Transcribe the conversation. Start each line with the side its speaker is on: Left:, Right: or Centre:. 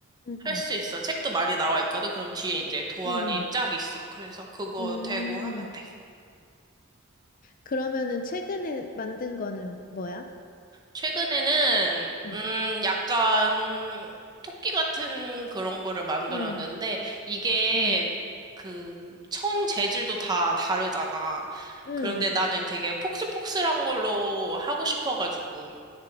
Left: 응.
Right: 할 수 있어. 책도 많이 나와 있거든. 그럼 뒤에 이제 도안이
Left: 응.
Right: 쫙 있어. 그래서 그거
Left: 음.
Right: 대고 하면 돼.
Left: 그러면은 최근에 만든 거는 뭐야?
Right: 최근에는,
Left: 응.
Right: 음, 약간 토끼 같은 그런 거를 만들었는데,
Left: 응.
Right: 이게
Left: 응.
Right: 그 천 재질도 다 다르잖아.
Left: 응.
Right: 그런데 나는 되게 폭슬폭슬한 걸로 하고 싶어가지고.